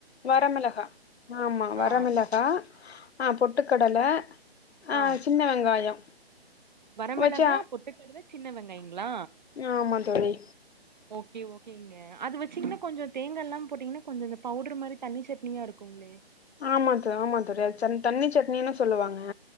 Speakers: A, on the left; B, on the right.
A: வரமிளகா ஆமா வரமிளகா
B: ஆ
A: ஆ பொட்டுக்கடல அ
B: ஆ
A: சின்ன வெங்காயோ
B: வரமிளகா,
A: வச்சு
B: பொட்டுக்கடல, சின்ன வெங்காய்ங்ளா
A: ஆமா தோழி
B: ஓகே ஓகேங்க அ அது வெச்சிங்ன்னா கொஞ்சோ தேங்கா எல்லாம் போட்டிங்னா கொஞ்சொ இந்த பவுட்ரு மாரி தண்ணி சட்னியா இருக்குங்ளே
A: ஆமாத்த ஆமா தோழி அது சன் தண்ணி சட்னினு சொல்லுவாங்க